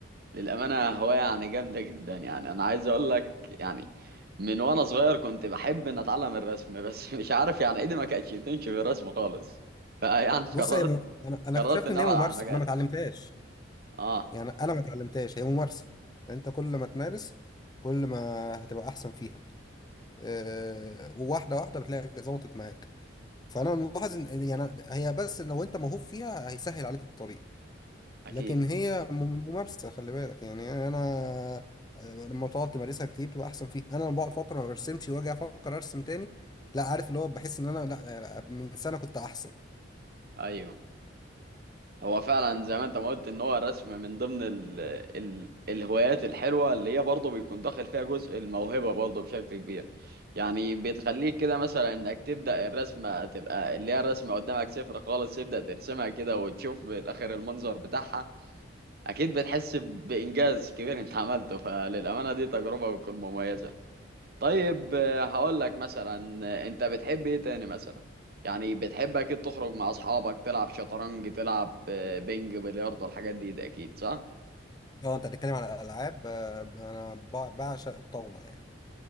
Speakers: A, on the right; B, on the left.
A: للأمانة هواية يعني جامدة جدا يعني أنا عايز أقول لك يعني من وأنا صغير كنت بحب إن أتعلم الرسم بس <laughs> مش عارف يعني إيدي ما كانتش بتمشي في الرسم خالص فيعني قررت
B: بص هي م... انا انا
A: قررت
B: اكتشفت
A: إن
B: ان
A: أبعد
B: هي ممارسه
A: عن المجال
B: انا ما اتعلمتهاش
A: أه
B: يعني انا ما اتعلمتهاش هي ممارسه انت كل ما تمارس كل ما هتبقى احسن فيها أه... وواحده واحده بتلاقي ظبطت معاك فانا ملاحظ ان يعني هي بس لو انت موهوب فيها هيسهل عليك الطريق
A: أكيد
B: لكن هي م- ممارسه خلي بالك يعني انا لما تقعد تمارسها كتير بتبقى احسن فيها انا لما بقعد فتره ما برسمش واجي افكر ارسم تاني لا عارف اللي هو بحس ان انا لا من سنه كنت احسن
A: أيوه هو فعلا زي ما انت ما قلت ان هو الرسم من ضمن ال ال الهوايات الحلوه اللي هي برضه بيكون داخل فيها جزء الموهبه برضه بشكل كبير يعني بتخليك كده مثلا انك تبدا الرسمه تبقى اللي هي الرسمه قدامك صفر خالص تبدا ترسمها كده وتشوف بالاخر المنظر بتاعها اكيد بتحس بانجاز كبير انت عملته فللامانه دي تجربه بتكون مميزه طيب آه، هقول لك مثلا آه، انت بتحب ايه تاني مثلا يعني بتحب اكيد تخرج مع اصحابك تلعب شطرنج تلعب آه، بينج بلياردو الحاجات دي ده اكيد صح
B: لو انت بتتكلم على الالعاب آه، انا بع- بعشق الطاوله يعني